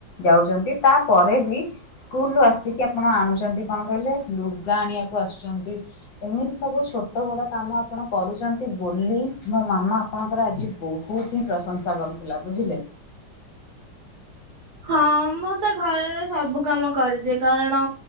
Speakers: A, on the left (about 70°); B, on the right (about 60°).
A: ଯାଉଛନ୍ତି ତାପରେ ବି ସ୍କୁଲ୍ ରୁ ଆସିକି ଆପଣ ଆଣୁଛନ୍ତି କଣ କହିଲେ ଲୁଗା ଆଣିବାକୁ ଆସୁଛନ୍ତି। ଏମିତି ସବୁ ଛୋଟ ବଡ କାମ ଆପଣ କରୁଛନ୍ତି। ବୋଲି ମୋ ମାମା ଆପଣଙ୍କର ଆଜି ବହୁତ ହିଁ ପ୍ରଶଂସା କରୁଥିଲା। ବୁଝିଲେ?
B: ହଁ, ମୁଁ ତ ଘରର ସବୁ କାମ କରିଦିଏ କାରଣ